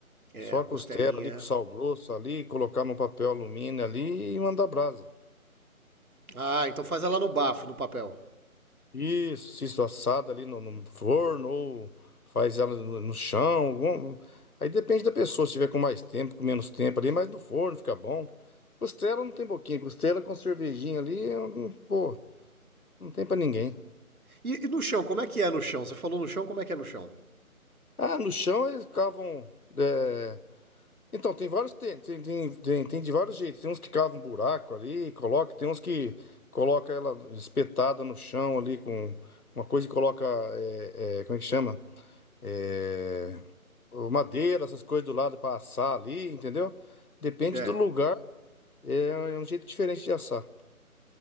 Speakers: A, on the right; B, on the left.
A: É,
B: Só
A: a
B: a
A: costelinha.
B: costela ali com sal grosso ali, colocar num papel alumínio ali e mandar brasa.
A: Ah, então faz ela no bafo, no papel.
B: Isso, cisto assado ali no, no forno, ou faz ela no, no chão. algum- Aí depende da pessoa, se tiver com mais tempo, com menos tempo ali, mas no forno fica bom. Costela não tem boquinha, costela com cervejinha ali, eu não- pô, não tem pra ninguém.
A: E, e no chão, como é que é no chão? Você falou no chão, como é que é no chão?
B: Ah, no chão eles cavam. é, Então, tem vários. Tem, tem, tem, tem- tem de vários jeitos. Tem uns que cavam um buraco ali, coloca, tem uns que coloca ela espetada no chão ali com uma coisa e coloca. é, é, como é que chama? É, o madeira, essas coisas do lado para assar ali, entendeu? Depende
A: É.
B: do lugar, é é um jeito diferente de assar.